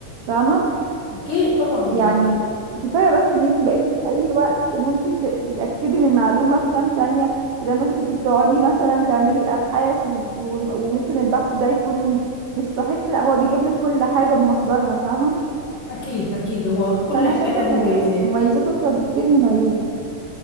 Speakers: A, on the right; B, on the left.
A: فاهمه
B: اكيد طبعا
A: يعني كفايه بس ان انت بقيتي في اي وقت ممكن ت- تتاكدي من معلومه في كام ثانيه بدل ما انت كنت بتقعدي مثلا تعملي ابحاث و- و- وممكن البحث ده يكون مش صحيح لا هو بيجيب لك كل حاجه بمصدرها فاهمه
B: اكيد اكيد هو كل
A: فانا
B: حاجه
A: شايفه
B: لها
A: ان
B: مميزات
A: مميزاته اكتر بكتير من عيوبه